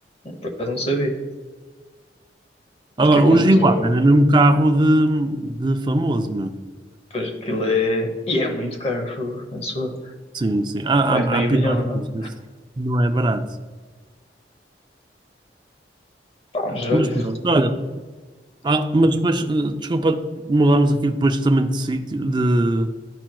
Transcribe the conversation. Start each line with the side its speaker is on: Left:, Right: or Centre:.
Left: por acaso não sabia,
Right: Agora,
Left: que é quanto...
Right: o Giguá era mesmo um carro de, de famoso, meu.
Left: Pois aquilo é. E é muito caro, fogo, penso eu.
Right: Sim, sim. Há,
Left: Vai
Right: há,
Left: meio
Right: há piores,
Left: milhão, não?
Right: mas esse não é barato.
Left: Pá, mas olha.
Right: Mas pronto, olha. ah, mas depois, eh, desculpa, mudámos aqui depois também de sítio, de,